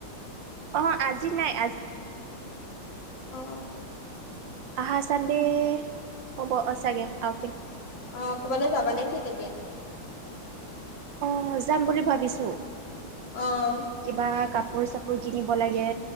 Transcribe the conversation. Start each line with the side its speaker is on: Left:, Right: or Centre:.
Right: অহ' আজি নাই।
Left: অহ'।
Right: আহা চানডে হ'ব অহ, চাগে আউটিং।
Left: অহ' ক'বালৈ যাবা নেকি তেতিয়া?
Right: অহ' যাম বুলি ভাবিছোঁ।
Left: অহ'।
Right: কিবা কাপোৰ চাপোৰ কিনিব লাগে,